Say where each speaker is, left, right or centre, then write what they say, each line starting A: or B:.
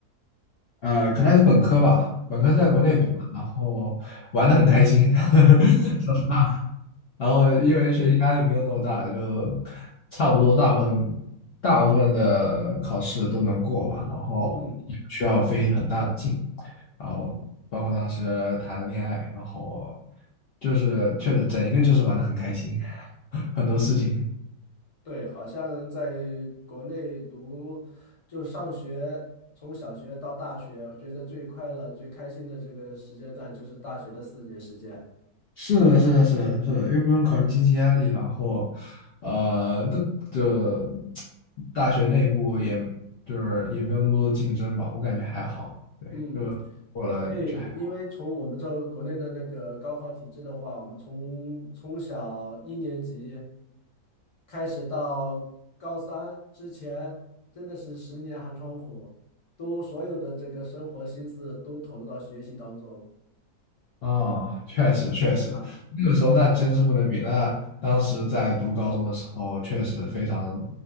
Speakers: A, on the left (about 70°); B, on the left (about 30°).
A: 呃，可能还是本科吧，本科是在国内读的然后玩的很开心，
B: 啊，在本科，
A: <laughs> 说实话，然后因为学习压力没有那么大，就差不多大部分大部分的考试都能过吧，然后也不需要费很大的劲，
B: 嗯，
A: 然后包括当时谈了恋爱，然后就是确实整一个就是玩的很开心，<laughs> 很多事情。
B: 对，好像在国内读就上学，从小学到大学，我觉得最快乐、最开心的这个时间段就是大学的四年时间。
A: 是的，是的，是的，是的，又不用考虑经济压力，然后，呃，那就大学内部也就是也没有那么多竞争吧，我感觉还好，对，
B: 嗯。
A: 就过了就还。
B: 对，因为从我们这国内的那个高考体制的话，我们从从小一年级开始到高三之前，真的是十年寒窗苦，都所有的这个生活心思都投入到学习当中
A: 哦，确实确实，
B: 啊。
A: 那个时候那真是不能比。那当时在读高中的时候，确实非常